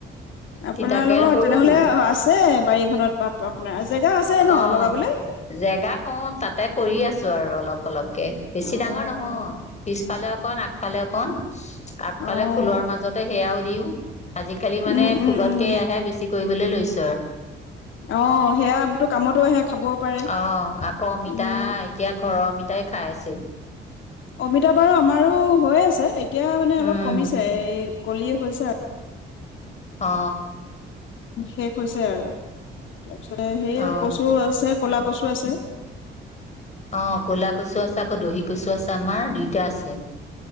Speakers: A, on the left; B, on the left.
A: আপোনালোকৰ
B: তিতাকেৰেলা সৰুতো,
A: তেনেহ'লে আছে বাৰীখনত আপোনাৰ জেগা আছে
B: অহ
A: ন লগাবলে
B: জেগা কম তাতে কৰি আছো আৰু। অলপ অলপকে বেছি
A: অ'
B: ডাঙৰ নহয় পিছফালে অকণ আগফালে অকণ আগফালে
A: অ'
B: ফুলৰ মাজত। হেইয়াও দিও। আজিকালি মানে
A: উম
B: ফুলতকে
A: উম উম
B: এইয়া বেছি কৰিবলৈ লৈছো আৰু।
A: অ সেয়া তো কামতো আহে। খাবও পাৰে
B: অ আকৌ অমিতা
A: উম
B: এতিয়া ঘৰৰ অমিতা টাই খাই আছেউ।
A: অমিতা বাৰু আমাৰো হৈ আছে এতিয়া মানে
B: উম
A: অলপ কমিছে এই কলিয়ে হৈছে আৰু
B: অ
A: শেষ হৈছে আৰু তাৰপিছতে সেয়া
B: অ
A: কচু আছে কলা কচু আছে।
B: অ কলা কচু আছে আকৌ দহি কচু আছে আমাৰ দুইটা আছে।